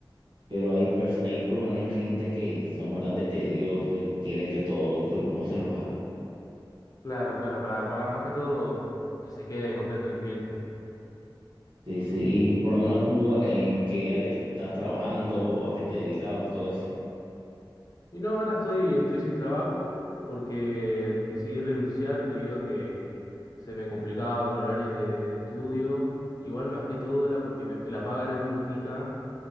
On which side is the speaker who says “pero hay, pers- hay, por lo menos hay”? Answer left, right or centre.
Right